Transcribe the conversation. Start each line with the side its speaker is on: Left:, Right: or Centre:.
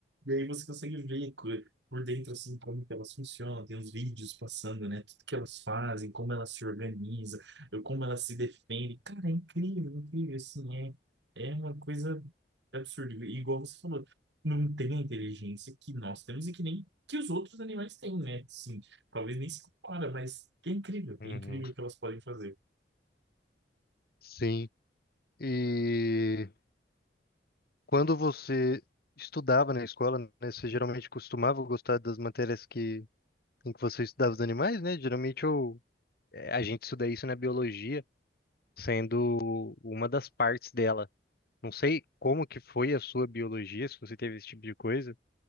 Right: e aí você consegue ver co- por dentro, assim, como que elas funcionam. Tem os vídeos passando, né? Tudo que elas fazem, como elas se organizam, eh, como elas se defendem. Cara, é incrível, incrível, assim, é, é uma coisa absurda. E Igual você falou. Não tem a inteligência que nós temos e que nem que os outros animais têm, né? Sim, talvez nem se compara, mas é incrível,
Left: uhum,
Right: é incrível o que elas podem fazer.
Left: sim. E quando você estudava na escola, né, você geralmente costumava gostar das matérias que em que você estudava os animais, né? Geralmente eu, é, a gente estuda isso na biologia, sendo uma das partes dela. Não sei como que foi a sua biologia, se você teve esse tipo de coisa,